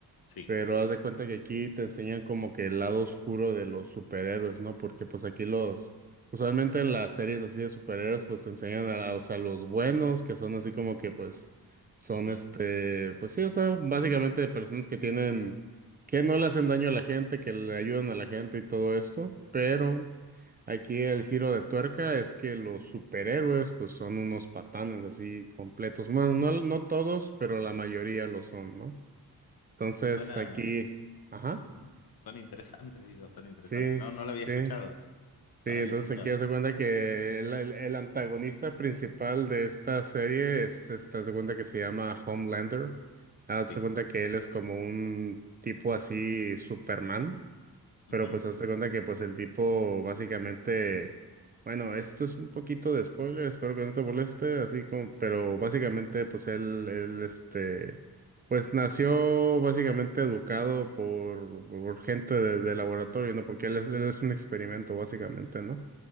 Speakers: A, on the left; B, on the right.
A: Sí.
B: Pero haz de cuenta que aquí te enseñan como que el lado oscuro de los superhéroes, ¿no? Porque pues aquí los, usualmente en las series así de superhéroes, pues te enseñan a, o sea, los buenos, que son así como que pues son
A: ujú.
B: este, pues sí, o sea, básicamente personas que tienen, que no le hacen daño a la gente, que le ayudan a la gente y todo esto, pero aquí el giro de tuerca es que los superhéroes pues son unos patanes así completos. Bueno, no, no todos, pero la mayoría lo son, ¿no? Entonces
A: Suena,
B: aquí, ajá,
A: ujú, Suena interesante, <laughs> digo, suena interesante.
B: sí,
A: No, no la había
B: sí,
A: escuchado.
B: sí.
A: No la
B: Entonces
A: había escuchado.
B: aquí hace cuenta que el, el- el antagonista principal de esta serie es, este, haz de cuenta que se llama Homelander. Haz
A: Sí.
B: de cuenta que él es como un tipo así Superman.
A: ujú.
B: Pero pues hazte cuenta que pues el tipo básicamente, bueno, esto es un poquito de spoiler, espero que no te moleste, así como, pero básicamente pues él, él este, pues nació básicamente educado por, por gente de, de laboratorio, ¿no? Porque él es, él es un experimento básicamente, ¿no?